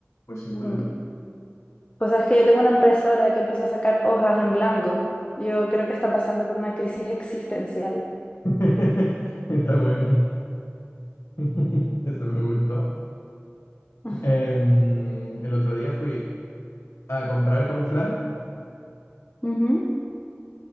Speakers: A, on the left; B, on the left.
A: muy singular.
B: Mm. Pues sabes que yo tengo una impresora que empezó a sacar hojas en blanco. Yo creo que está pasando por una crisis existencial.
A: <laughs> Está bueno. <laughs> Eso me gustó.
B: <laughs>
A: Em, el otro día fui a comprar camuflaje,
B: Ujú,